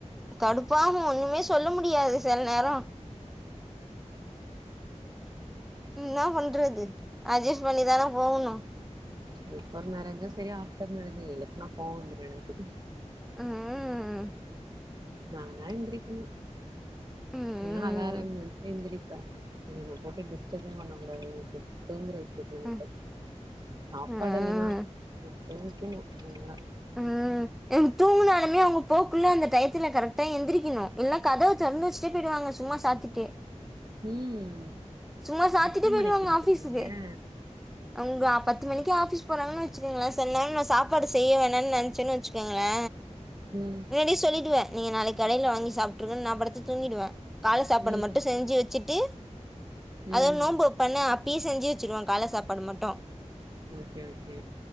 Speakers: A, in the centre; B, on the right.
A: கடுப்பாம ஒண்ணுமே சொல்ல முடியாது சில நேரம் என்ன பண்றது அட்ஜஸ்ட் பண்ணிதான போகணும்
B: பிஃபோர் மேரேஜும் சரி ஆஃப்டர் மேரேஜும் இல்லை எழுப்பனா கோவ வந்துரும் எனக்கு
A: ம்
B: நானா எந்திரிக்கனு
A: ம்
B: இல்னா அலாரம் வச்சு எந்திரி ப்ப என்ன போட்டு டிஸ்டர்ப் பண்ணக்கூடாது தூங்குற விஷ்ய துல மட்டும்
A: ம்
B: சாப்பாடு
A: ம்
B: இல்லனா நா தூக்கணும் நல்லா
A: ம் எங் தூங்குனாலுமே அவங்க போ ள்ள அந்த டயத்துல கரெக்டா எந்திரிக்கணும் இல்லா கதவு திறந்து வச்சுடே போயிடுவாங்க சும்மா சாத்திட்டு
B: ம்
A: சும்மா சாத்திட்டு
B: எத்தன
A: போயிடுவாங்க
B: மணிக்கு எந்திரிப்பீங்க
A: ஆபிஸுக்கு அவுங்க பத் து மணிக்கு ஆபீஸ் போறங்கன் வெச்சுக்கங்ளே செல நேரோ சாப்பாடு செய்ய வேணா நெனச்சேன் வெச்சுக்கங்ளே
B: ம்
A: முன்னாடியே சொல்லிடுவே நீங்க நாளைக்கு கடைல வாங்கி சாப்ட்டுருங்கன் நா படத்து தூங்கிடுவே கால்ல சாப்பாடு
B: ம்
A: மட்டு செஞ்சு வச்சிட்டு அத
B: ம்
A: நோன்பு வெப்பண்ணு அப்டியே செஞ்சு வெச்சிருவே கால்ல சாப்பாடு மட்டு
B: ஓகே ஓகே